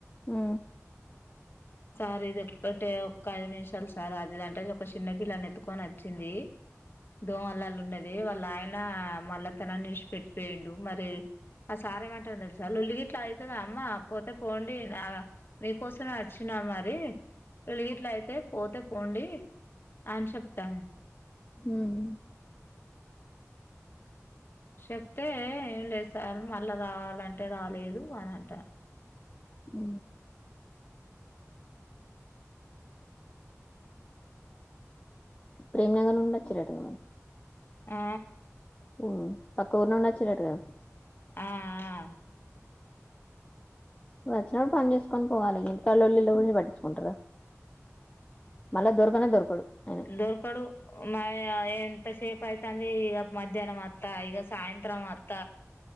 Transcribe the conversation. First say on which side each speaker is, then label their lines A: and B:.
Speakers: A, on the left; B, on the left.
A: ఉం
B: సార్ ఇది ఒక్కటే ఒ ఐదు నిమిషాలు సార్ అదిదింటే ఒక చిన్నపిిల్లని ఎతుకొని వచ్చింది దోమలలు ఉన్నది వాళ్ళు ఆయన మళ్లతనాన్ని ఇష్పట్టిపోయిండు మరి ఆ సారేమంటార తెలుసా వా లోల్లిగిట్లా అయితంది అమ్మ పోతే పోండి మీకోసం మే అచ్ చ్చిన మరి లోలిగిట్ల అయితే పోతే పోండి అని చెప్తా
A: హ్మ్
B: చెప్తే ఏం లేద్ సా సార్ మళ్ళా రావాలంటే రాలేదు అని అంట
A: ఉ ప్రేమ్నగర్ నుండి వచ్చిరట వాళ్ళు
B: ఆ
A: హు పక్క ఊరినుండి వచ్చిరటు గా
B: ఆ ఆ
A: వచ్చినప్పుడు పని చేసుకొని పోవాలి ఇంత లొల్లి లొల్లి పట్టించుకుంటార మళ్ళా దొరకనే దొరకడు ఆయన
B: దొరకడు మారి ఆ ఏంత సేప్ పైతాంది ఇగ మధ్యాహ్నం అ తాగి ఇగ సాయంత్రం వత్త